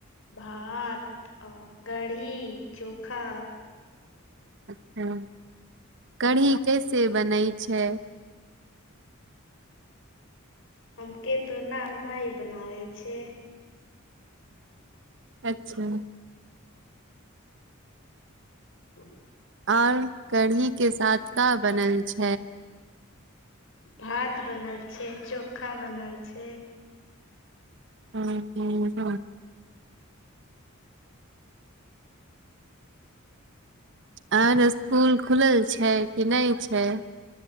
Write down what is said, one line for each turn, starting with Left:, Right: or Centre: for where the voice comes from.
Left: भात औ कढ़ी चोखा
Right: अच्छा कढ़ी कैसे बनैइ छैय?
Left: <inaudible> हम के त ना माई बनावै छैय।
Right: अच्छा
Left: <inaudible>
Right: और कढ़ी के साथ का बनल छैय?
Left: भात बनल छैय चोखा बनल छैय।
Right: हूंअ् हूंअ् हूंअ् आर इसकुल खुलल छैय कि नई छैय